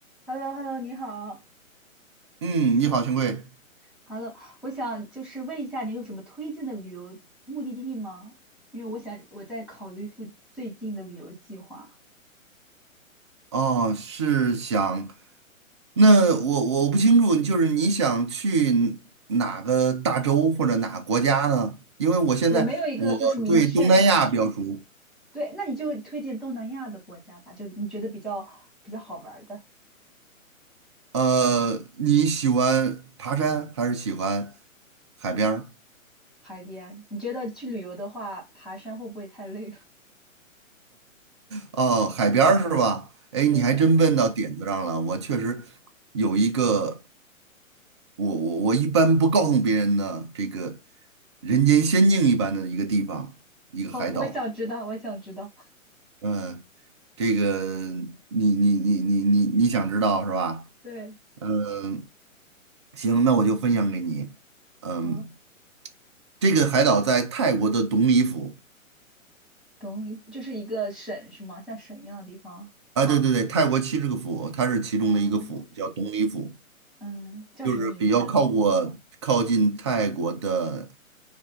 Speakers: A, in the centre; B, on the right.
A: h e l l o h e l l o 你好
B: 嗯，你好，兄贵。
A: ，Hello，我想就是问一下，你有什么推荐的旅游目的地吗？因为我想我在考虑附最近的旅游计划，
B: 哦，是想，那我我不清楚，就是你想去哪个大洲或者哪个国家呢？因为我现在我对东南亚比较熟。
A: 我没有一个就是明确的。对，那你就推荐东南亚的国家吧，就你觉得比较比较好玩儿的
B: 呃，你喜欢爬山还是喜欢海边儿？
A: 海边。你觉得去旅游的话，爬山会不会太累了？
B: 哦，海边儿是吧？哎，
A: <laughs> 对的，
B: 你还真问到点子上了。我确实有一个，我我我一般不告诉别人的这个人间仙境一般的一个地方，一个海岛。
A: 好，我想知道，我想知道。
B: 嗯，这个你你你你你你想知道是吧？
A: 对，
B: 嗯，行，那我就分享给你。嗯，
A: 好，
B: 这个海岛在泰国的董里府
A: 懂你，就是一个省是吗？像省一样的地方。
B: 啊，对对对，泰国七十个府，它是其中的一个府，
A: 啊，
B: 叫董里府，
A: 嗯，叫什么名字？
B: 就是比较靠过靠近泰国的